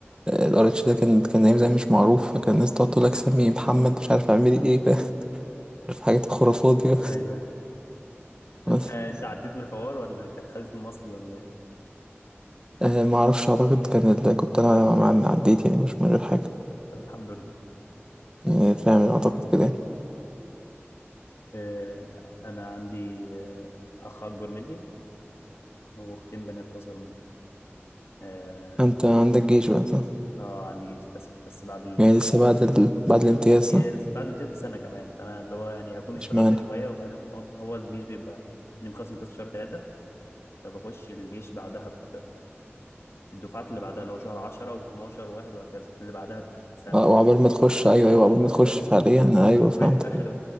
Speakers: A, on the right; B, on the left.
A: الار اتش ده كان كان ايام زمان مش معروف فكان الناس تقعد تقول لك سمي محمد مش عارف اعملي ايه ف- <laughs> عارف حاجات الخرافات دي
B: ايوه ايوه انت
A: <laughs>
B: انت عديت من الحوار ولا كانت خزنة مصل ولا إيه؟
A: أه ما اعرفش اعتقد كان اللي كنت انا مع عديت يعني مش من غير حاجه
B: طب الحمد لله
A: يعني فاهم اعتقد كده يعني.
B: آه انا عندي آه اخ اكبر مني واختين بنات اصغر مني اه
A: انت عندك جيش بقى صح
B: آه، عندي جيش للاسف بس بعد ال...
A: يعني لسه بعد ال... بعد
B: بعد
A: الامتياز
B: الامتياز
A: صح
B: بعد الامتياز بسنه كمان فانا اللي هو يعني هكون اشتغلت
A: اشمعنى
B: شويه وبعدين أقوم قاطع. هو الجيش بيبقى اني مخلص امتياز في شهر ثلاثه فبخش الجيش بعدها في الدفعات اللي بعدها اللي هو شهر 10 و12 و1 وهكذا اللي بعدها بسنه
A: اه
B: فاهم
A: وعقبال ما تخش ايوه ايوه عقبال
B: بالظبط
A: ما تخش فعليا
B: وانا
A: ايوه
B: دفعتي
A: فهمت
B: في اخر